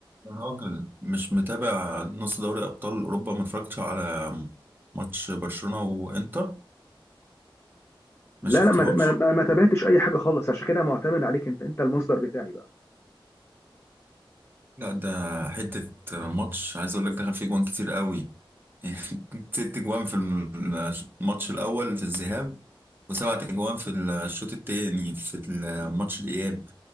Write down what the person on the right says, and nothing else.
يا راجل مش متابع نص دوري ابطال اوروبا ما اتفرجتش على ماتش برشلونة وانتر
ما شفتهمش
لا ده حتة ماتش عايز اقول لك دخل فيه جوان كتير قوي <laughs> ست جوان في الماتش الاول في الذهاب وسبعة جوان في الشوط التاني في الماتش الاياب